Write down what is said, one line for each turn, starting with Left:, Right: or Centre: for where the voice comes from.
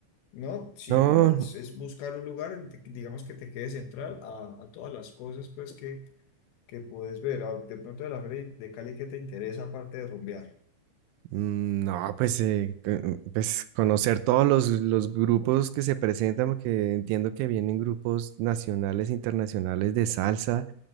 Left: ¿no? Sí,
Right: No,
Left: mira, es, es buscar un lugar, en que- digamos que te quede central a, a todas las cosas pues que, que puedes ver. Ah, De pronto de la Feria de Cali, ¿qué te interesa aparte de rumbear?
Right: Mm, No, pues, eh, co- pues conocer todos los, los grupos que se presentan, porque entiendo que vienen grupos nacionales, internacionales de salsa.